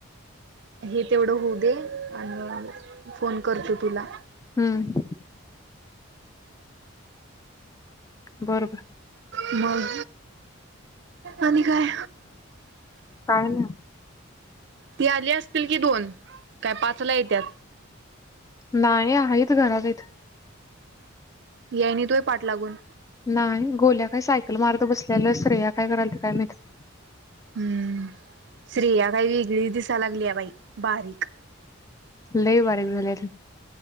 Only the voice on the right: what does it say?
हे तेवढं होऊ दे आणि फोन करतो तुला
मग आणि काय?
ती आली असतील कि दोन काय पाचला येत्याात
याय नाहीत पाठ लागून?
हम्म स््रेया काही वेगळीच दिसा लागली आहे बाई बारीक